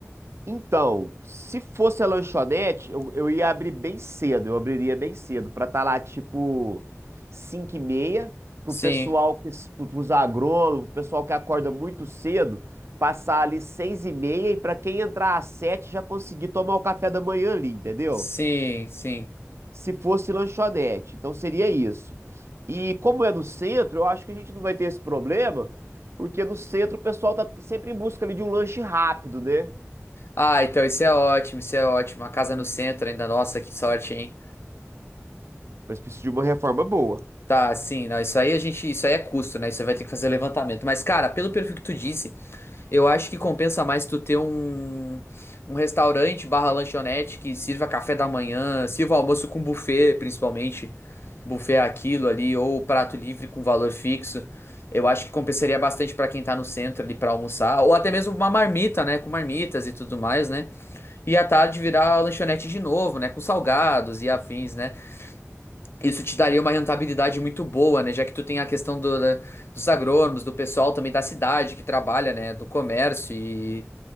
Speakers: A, on the right; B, on the left.
A: Então, se fosse a lanchonete, eu, eu ia abrir bem cedo, eu abriria bem cedo, pra estar lá tipo 5 e meia, pro
B: Sim.
A: pessoal que, pro- pros agrônomos, pro pessoal que acorda muito cedo, passar ali 6 e meia e pra quem entrar às 7 já conseguir tomar o café da manhã ali, entendeu?
B: Sim, sim.
A: Se fosse lanchonete, então seria isso. E como é no centro, eu acho que a gente não vai ter esse problema, porque no centro o pessoal tá sempre em busca ali de um lanche rápido, né?
B: Ah, então isso é ótimo, isso é ótimo. A casa no centro ainda, nossa, que sorte, hein?
A: Mas precisa de uma reforma boa.
B: Tá, sim, não, isso aí a gente, isso aí é custo, né? Isso aí vai ter que fazer levantamento. Mas, cara, pelo perfil que tu disse, eu acho que compensa mais tu ter um, um restaurante barra lanchonete que sirva café da manhã, sirva almoço com buffet, principalmente. Buffet é aquilo ali, ou prato livre com valor fixo. Eu acho que compensaria bastante pra quem tá no centro ali pra almoçar, ou até mesmo uma marmita, né? Com marmitas e tudo mais, né? e à tarde virar lanchonete de novo, né? Com salgados e afins, né? Isso te daria uma rentabilidade muito boa, né? Já que tu tem a questão do, da- dos agrônomos, do pessoal também da cidade que trabalha, né? Do comércio e,